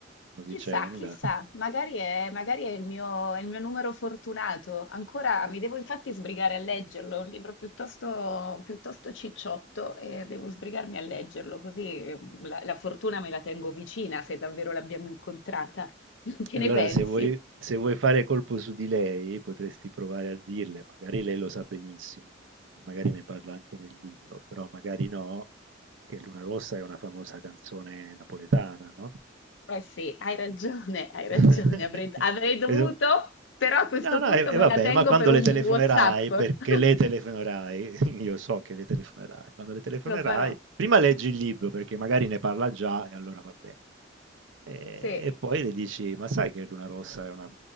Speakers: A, on the right; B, on the left.
A: a vicenda.
B: Chissà, chissà, magari è, magari è il mio, è il mio numero fortunato. Ancora mi devo infatti sbrigare a leggerlo, è un libro piuttosto, piuttosto cicciotto e devo sbrigarmi a leggerlo, così eh, la, la fortuna me la tengo vicina se davvero l'abbiamo incontrata. <laughs> Che
A: Allora,
B: ne pensi?
A: se vuoi, se vuoi fare colpo su di lei, potresti provare a dirle, magari lei lo sa benissimo, magari ne parla anche nel libro, però magari no, che Luna Rossa è una famosa canzone napoletana, no?
B: Eh sì, hai ragione, hai ragione,
A: <laughs>
B: avrei, avrei dovuto,
A: Questo
B: però a questo
A: No, no,
B: punto
A: e, e
B: me
A: vabbè,
B: la tengo
A: ma quando
B: per un
A: le telefonerai,
B: WhatsApp.
A: perché
B: <laughs>
A: le telefonerai, <laughs> io so che le telefonerai, quando le telefonerai,
B: Lo farò.
A: prima leggi il libro perché magari ne parla già e allora va bene. E,
B: Sì.
A: e poi le dici, ma sai che Luna Rossa è una